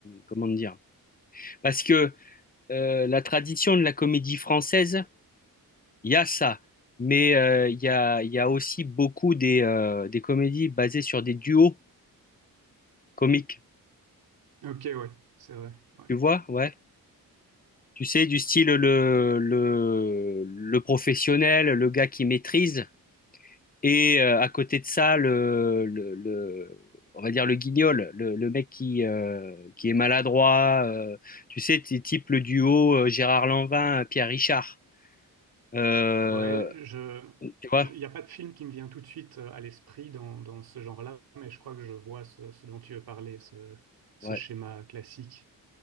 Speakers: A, on the left; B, on the right.
A: comment dire? Parce que euh, la tradition de la comédie française, Il y a ça, mais euh, il y a, il y a aussi beaucoup des, euh, des comédies basées sur des duos comiques,
B: Ok, ouais, c'est vrai. Ouais.
A: tu vois, ouais. Tu sais, du style le, le, le professionnel, le gars qui maîtrise, et euh, à côté de ça, le, le, le- on va dire le guignol, le, le mec qui, euh, qui est maladroit, euh, tu sais, t- type le duo euh, Gérard Lanvin, Pierre Richard. Euh,
B: Ouais, je,
A: tu vois?
B: il n'y a pas de film qui me vient tout de suite euh, à l'esprit dans, dans ce genre-là, mais je crois que je vois ce, ce dont tu veux parler, ce, ce
A: Ouais.
B: schéma classique.